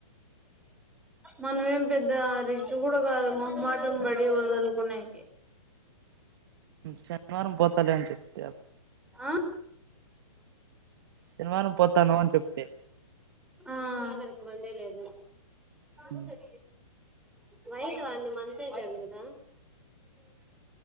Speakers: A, in the centre; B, on the right.
A: మనమేం పెద్ద రిచ్ కూడా కాదు మమ్మాటంబడి వదులుకోడానికి
B: శనివారం సరే అని చెప్తే
A: ఆ
B: సనివారం పోతను అని చెప్తే
A: ఆ అ వెళలేదు అ
B: ఉమ్,
A: సర వయి అంతద